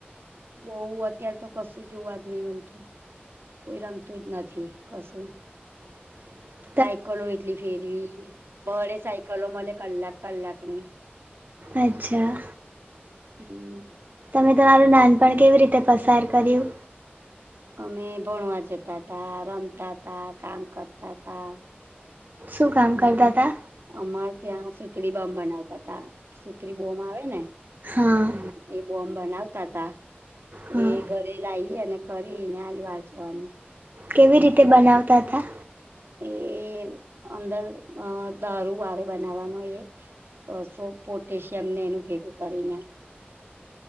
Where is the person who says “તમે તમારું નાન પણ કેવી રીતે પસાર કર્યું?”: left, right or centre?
Right